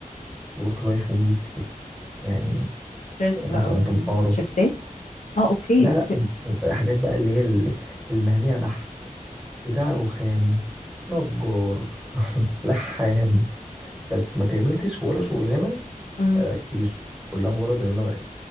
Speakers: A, in the centre; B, on the left.
A: الورك لايف مميت كده يعني
B: ستريس بقى
A: مثلا
B: وشفتات
A: في محاره
B: اه اوكي
A: لا لا
B: ف-
A: <laughs> حاجات بقى اللي هي ال- المهنيه بحت بتاع رخام نجار <laughs> لحام بس ما كملتش في ولا شغلانه
B: مم.
A: آه، كتير كلها مجرد ان انا